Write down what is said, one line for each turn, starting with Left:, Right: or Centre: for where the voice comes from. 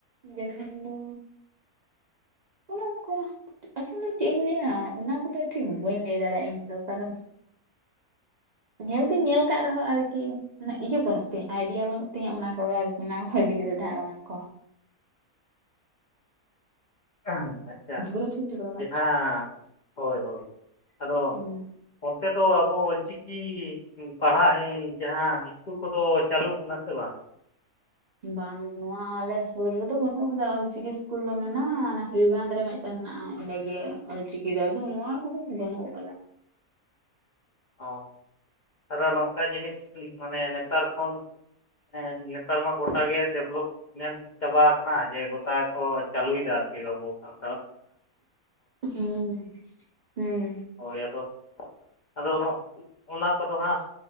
Right: ᱡᱮᱢᱚᱱ ᱫᱚ᱾ ᱚᱱᱮ ᱚᱱᱠᱟ ᱟᱥᱚᱞ ᱫᱚ ᱪᱮᱫ ᱤᱧ ᱞᱟᱹᱭᱟ ᱚᱱᱟ ᱠᱚᱫᱚ ᱴᱷᱤᱠ ᱵᱟᱹᱧ ᱞᱟᱹᱭ ᱫᱟᱲᱮᱭᱟᱜᱼᱟ ᱤᱧ ᱫᱚ ᱠᱟᱨᱚᱱ᱾ ᱧᱮᱞ ᱫᱩᱧ ᱧᱮᱞ ᱟᱠᱟᱫ ᱨᱮᱦᱚᱸ ᱟᱨᱠᱤ ᱤᱭᱟᱹ ᱵᱟᱹᱱᱩᱜ ᱛᱤᱧ᱾ ᱟᱭᱰᱤᱭᱟ ᱵᱟᱹᱱᱩᱜ ᱛᱤᱧᱟᱹ ᱚᱱᱟ ᱠᱚᱜᱮ ᱟᱨᱠᱤ ᱚᱱᱟ ᱠᱚ ᱤᱫᱤ ᱠᱟᱛᱮᱫ ᱫᱷᱟᱨᱚᱱᱟ ᱠᱚ᱾
Left: ᱮᱦᱮᱢ᱾ ᱟᱪᱪᱷᱟ
Right: ᱫᱷᱩᱨᱟᱹᱢ ᱥᱤᱫ ᱠᱟᱫᱟ
Left: ᱡᱟᱦᱟᱸ
Right: ᱵᱟᱝ
Left: ᱦᱳᱭ ᱦᱳᱭ ᱟᱫᱚ
Right: ᱦᱩᱸ
Left: ᱚᱱᱛᱮ ᱫᱚ ᱟᱵᱚ ᱚᱞ ᱪᱤᱠᱤ ᱯᱟᱲᱦᱟᱜᱧ ᱡᱟᱦᱟᱸ ᱤᱥᱠᱩᱞ ᱠᱚᱫᱚ ᱪᱟᱹᱞᱩ ᱠᱟᱱᱟ ᱥᱮ ᱵᱟᱝ
Right: ᱵᱟᱝ ᱱᱚᱶᱟ ᱟᱞᱮ ᱥᱩᱨ ᱨᱮᱫᱚ ᱵᱟᱹᱱᱩᱜ ᱟᱠᱟᱫᱟ ᱚᱞ ᱪᱤᱠᱤ ᱤᱥᱠᱩᱞ ᱫᱚ ᱢᱮᱱᱟᱜᱼᱟ ᱦᱤᱲ ᱵᱟᱸᱫᱽ ᱨᱮ ᱢᱤᱫᱴᱟᱹᱝ ᱢᱮᱱᱟᱜᱼᱟ ᱚᱸᱰᱮ ᱜᱮ ᱚᱞ ᱪᱤᱠᱤ ᱟᱫᱚ ᱱᱚᱣᱟ ᱠᱚᱫᱚ ᱵᱟᱹᱱᱩᱜ ᱟᱠᱟᱫᱟ
Left: ᱚ ᱟᱫᱚ ᱱᱚᱝᱠᱟ ᱡᱤᱱᱤᱥ ᱢᱟᱱᱮ ᱱᱮᱛᱟᱨ ᱠᱷᱚᱱ ᱦᱮᱸ ᱱᱮᱛᱟᱨ ᱢᱟ ᱜᱚᱴᱟ ᱜᱮ ᱰᱮᱵᱷᱞᱚᱯ ᱢᱮᱱ ᱪᱟᱵᱟ ᱟᱠᱟᱱᱟ ᱡᱮ <unintelligible> ᱪᱟᱹᱞᱩᱭᱮᱫᱟ ᱟᱨᱠᱤ ᱨᱚᱵᱚ ᱥᱟᱶ
Right: ᱦᱮᱸᱻ ᱦᱮᱸᱻ
Left: ᱦᱳᱭ ᱟᱫᱚ ᱟᱫᱚ ᱚᱱᱟ ᱠᱚᱫᱚ ᱦᱟᱸᱜ